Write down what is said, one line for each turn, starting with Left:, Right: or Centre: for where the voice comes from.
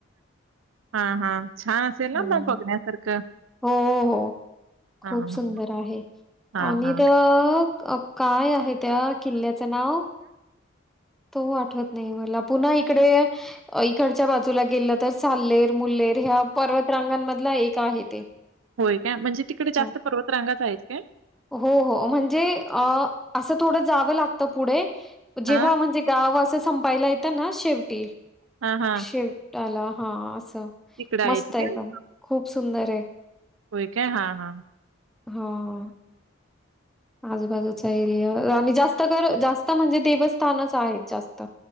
Right: हा हा छान असेल ना
Centre: हं.
Right: ना बघण्यासारखं
Centre: हो, हो.
Right: हां
Centre: खूप सुंदर
Right: हां
Centre: आहे
Right: हां
Centre: आणि
Right: हां.
Centre: तर अ काय आहे त्या किल्ल्याचं नाव तो आठवत नाही मला पुन्हा इकडे इकडच्या बाजूला गेलं तर चाल्लेर मुलेर हा पर्वतरांगांमधलं एक आहे ते.
Right: होय काय म्हणजे तिकडे जास्त
Centre: हां.
Right: पर्वतरांगाच आहेत काय?
Centre: हो हो म्हणजे अ असं थोडं जावं लागत पुढे जेव्हा
Right: हां
Centre: म्हणजे गाव असं संपायला येतं ना शेवटी
Right: हां हां
Centre: शेव ला हा अस.
Right: तिकडं आहेत
Centre: मस्त एकदम
Right: काय
Centre: खूप सुंदर ये.
Right: होय काय हां हां.
Centre: हा. आजूबाजूचा एरिया आणि जास्त कर जास्त म्हणजे देवस्थानच आहेत जास्त.